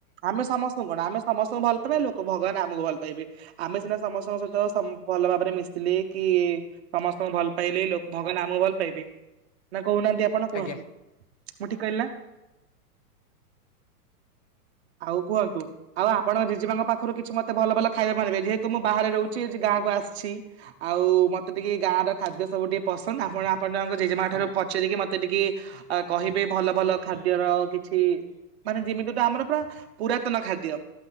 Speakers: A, on the right; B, on the left.
A: ଆମେ ସମସ୍ତଙ୍କୁ କଣ ଆମେ ସମସ୍ତଙ୍କୁ ଭଲ ପାଇ ଲୋକ ଭଗବାନ ଆମକୁ ଭଲ ପାଇବେ। ଆମେ ସିନା ସମସ୍ତଙ୍କ ସହିତ ସମ ଭଲ ଭାବରେ ମିଶିଲେ କି ସମସ୍ତଙ୍କୁ ଭଲ ପାଇଲେ ଭଗବାନ ଆମକୁ ଭଲ ପାଇବେ। ନା କହୁନାହାନ୍ତି ଆପଣ
B: ଆଜ୍ଞା
A: କୁହନ୍ତୁ।
B: ଆଜ୍ଞା
A: ମୁଁ ଠିକ କହିଲି ନା। ଆଉ କୁହନ୍ତୁ ଆଉ ଆପଣ ଜେଜେମାଙ୍କ ପାଖରୁ କିଛି ମତେ ଭଲ ଭଲ ଖାଇବା ମ ନେବେ ଯେହେତୁ ମୁଁ ବାହାରେ ରହୁଛି ଗାଁକୁ ଆସିଛି। ଆଉ ମତେ ଟିକେ ଗାଁ ର ଖାଦ୍ୟ ସବୁ ଟିକେ ପସନ୍ଦ ଆପଣ ଆ ଆପ ତାଙ୍କ ଜେମାଠାରୁ
B: ହୁଁ
A: ପାରିକି ମତେ ସେ ଟିକି କହିବେ ଭଲ ଭଲ ଖାଦ୍ୟର କିଛି ମାନେ ଯେମିତିଟା ଆମର ପୁରା ପୁରାତନ ଖାଦ୍ୟ।